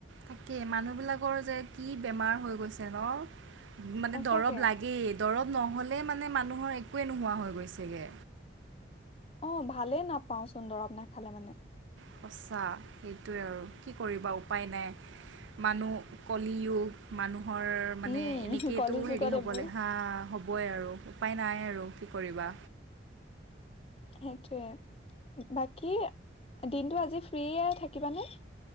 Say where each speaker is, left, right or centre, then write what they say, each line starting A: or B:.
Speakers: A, on the right; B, on the left.
A: তাকেই মানুহ বিলাকৰ যে কি বেমাৰ হৈ গৈছে ন মানে
B: সঁচাকে
A: দৰব লাগেই দৰৱ নহ'লেই মানে মানুহৰ একোৱেই নোহোৱা হৈ গৈছেগৈ।
B: অ ভালে নাপাওঁ চোন দৰৱ নাখালে মানে।
A: সঁচা সেইটোৱে আৰু কি কৰিবা উপায় নাই মানুহ <unintelligible> মানুহ ৰ মানে
B: উম
A: এনেকেইতো
B: কলি যুগত
A: হেৰি হ'ব
B: এইবোৰ
A: ল হা হ'বই আৰু। উপায় নাই আৰু কি কৰিবা।
B: সেইটোৱে। বাকী দিনটো আজি। ফ্ৰী থাকিবানে?